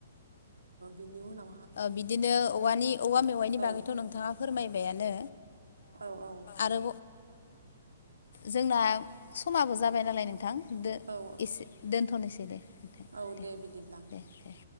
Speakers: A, on the right (about 85°); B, on the left (about 65°).
A: बिनि उनाव
B: बिदिनो औवानि औवा मेवाइनि बागैथ'
A: औ
B: नोंथाङा फोरमायबायानो
A: औ औ
B: आरो जोंना समाबो जाबाय नालाय नोंथां द
A: औ
B: एसे दोनथ'नोसै दे नोंथां
A: औ
B: दे
A: बिदिब्ला
B: दे दे